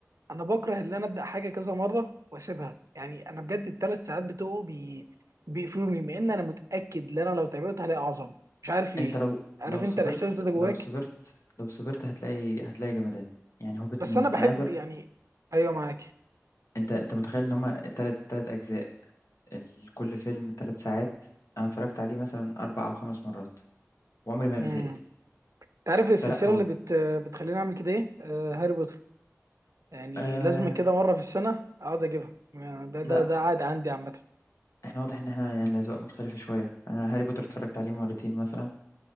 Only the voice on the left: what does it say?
انت لو
لو
صبرت
لو صبرت لو صبرت هتلاقي هتلاقي جمدان يعني هوبت
من
انا عايز أ-
انت انت متخيل ان هما تلات تلات اجزاء ال- كل فيلم تلات ساعات انا اتفرجت عليه مثلا اربع او خمس مرات وعمري ما
زهقت
فلا هو
آه
لا
احنا واضح ان احنا يعني الاذواق مختلفة شوية انا هاري بوتر اتفرجت عليه مرتين مثلا